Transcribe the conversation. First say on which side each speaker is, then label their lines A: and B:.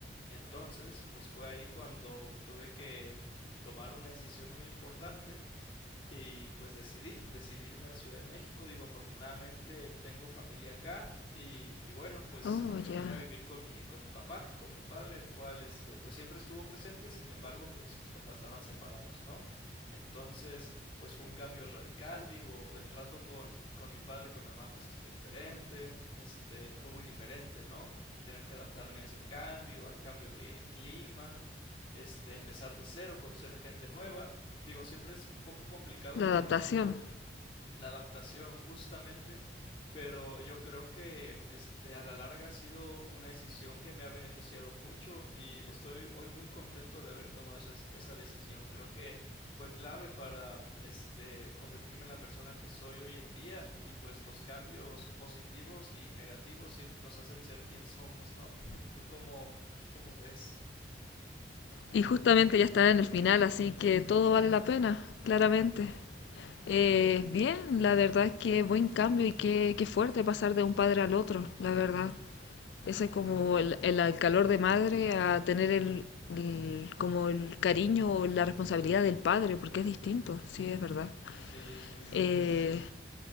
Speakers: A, on the left; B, on the left.
A: Entonces, pues fue ahí cuando tuve que tomar una decisión muy importante y pues decidí, decidí irme a la Ciudad de México. Digo, afortunadamente tengo familia acá. Y, y bueno, pues
B: Oh,
A: me vine
B: ya.
A: a vivir con mi, con mi papá, con mi padre, el cual este, pues siempre estuvo presente, sin embargo, pues mis papás estaban separados, ¿no? Entonces, pues fue un cambio radical, digo, el trato con, con mi padre y con mi mamá, pues es muy diferente, este, fue muy diferente, ¿no? Tener que adaptarme a ese cambio, al cambio de clima, este, empezar de cero, conocer gente nueva digo, siempre es un poco complicado
B: La
A: al principio
B: adaptación.
A: la adaptación justamente, pero yo creo que este a la larga ha sido una decisión que me ha beneficiado mucho y estoy hoy muy contento de haber tomado esa, esa decisión. Creo que fue clave para este convertirme en la persona que soy hoy en día y pues los cambios positivos y negativos siem- nos hacen ser quien somos, ¿no? <laughs> ¿Tú cómo, cómo ves?
B: Y justamente ya está en el final, así que todo vale la pena, claramente. Eh, bien, la verdad es que buen cambio y qué, qué fuerte pasar de un padre al otro, la verdad. Ese es como el, el, el calor de madre a tener el, el- como el cariño o la responsabilidad del padre, porque es distinto, sí, es verdad.
A: Sí, es muy diferente.
B: Eh,